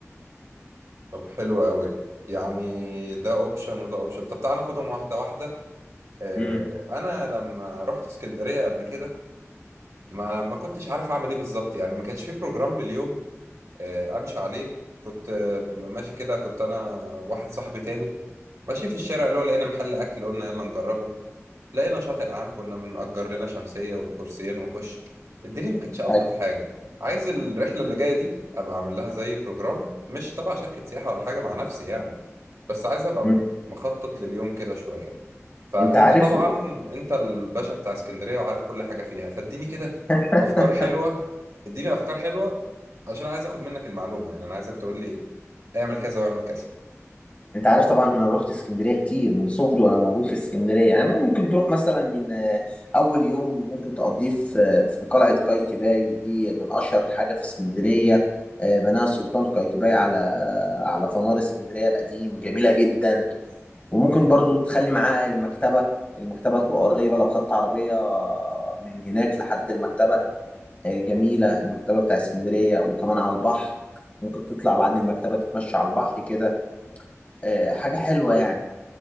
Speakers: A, on the right; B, on the left.
A: طب حلو قوي يعني ده أوبشن وده أوبشن طب تعالى ناخدهم واحدة واحدة آه،
B: امم
A: أنا لما رحت اسكندرية قبل كده ما ما كنتش عارف أعمل إيه بالظبط يعني ما كانش في بروجرام لليوم آه، أمشي عليه كنت آه، ماشي كده كنت أنا واحد صاحبي تاني ماشيين في الشارع اللي هو لقينا محل أكل قلنا يلا نجربه لقينا شاطئ عام كنا بنأجر لنا شمسية وكرسيين ونخش الدنيا ما كانتش ألطف
B: أيوة.
A: حاجة عايز الرحلة اللي جاية دي أبقى أعمل لها زي بروجرام مش تبع شركة سياحة ولا حاجة مع نفسي يعني بس عايز أبقى
B: مم.
A: مخطط لليوم كده شوية فأنت
B: انت عارف
A: طبعا أنت الباشا بتاع اسكندرية وعارف كل حاجة فيها فاديني كده
B: <laughs>
A: أفكار حلوة اديني أفكار حلوة عشان عايز أخد منك المعلومة يعني أنا عايزك تقول لي اعمل كذا واعمل كذا
B: انت عارف طبعا انا رحت اسكندريه كتير من صغري وانا موجود في اسكندريه يعني ممكن تروح مثلا آه، اول يوم ممكن تقضيه في آه، في قلعه قايتباي دي من اشهر حاجه في اسكندريه آه، بناها السلطان قايتباي على على فنار اسكندريه القديم جميله جدا وممكن برضو تخلي معاه المكتبه المكتبه تبقى قريبه لو خدت عربيه من هناك لحد المكتبه آه، جميله المكتبه بتاع اسكندريه وكمان على البحر ممكن تطلع بعد المكتبه تتمشى على البحر كده آه، حاجة حلوة يعني